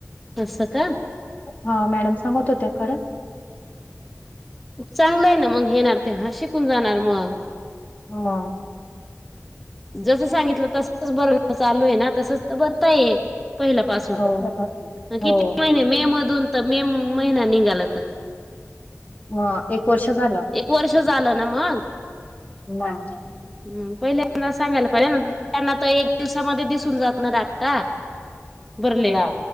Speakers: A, in the centre; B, on the left.
A: अस का
B: हा मॅडम सांगत होत्या खरं
A: चांगलं आहे ना मग येणार तेव्हा शिकून जाणार मग
B: मग
A: जसं सांगितलं तसच बरवण चालू आहे ना तसच तर बरताय पहिल्या पाासून
B: हो
A: किती
B: हो
A: महिने मे मधून तर मे महिना निघाला तर
B: मग एक वर्ष झालं
A: एक वर्ष झालं ना मग
B: मग
A: हम पहिल्यांदा सांगायला प त्यांना तर एक दिवसामध्ये दिस त्यांना तर दिसून जातो ना डाटा भरलेला